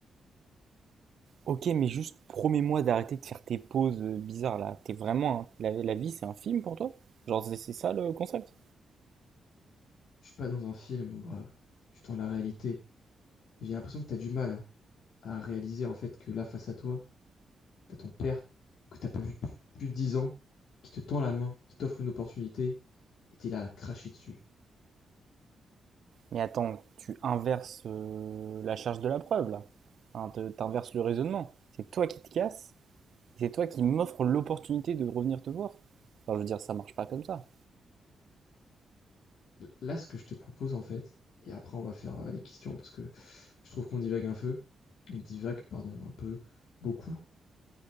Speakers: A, on the right; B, on the left.
A: Ok, mais juste promets-moi d'arrêter de faire tes pauses euh, bizarres là. T'es vraiment. un- La, la vie, c'est un film pour toi? Genre, c'est c'est ça le concept?
B: Je suis pas dans un film, mon brave. Je suis dans la réalité. J'ai l'impression que tu as du mal à, à réaliser en fait que là, face à toi, tu as ton père que tu as pas vu depuis plus de 10 ans, qui te tend la main, qui t'offre une opportunité, et tu es là à cracher dessus.
A: Mais attends, tu inverses euh, la charge de la preuve là. Hein, te- t'inverses le raisonnement. C'est toi qui te casses, c'est toi qui m'offres l'opportunité de revenir te voir. Enfin, je veux dire, ça marche pas comme ça.
B: Là, ce que je te propose en fait, et après on va faire euh, les questions parce que je trouve qu'on divague un peu, on divague, pardon, un peu beaucoup,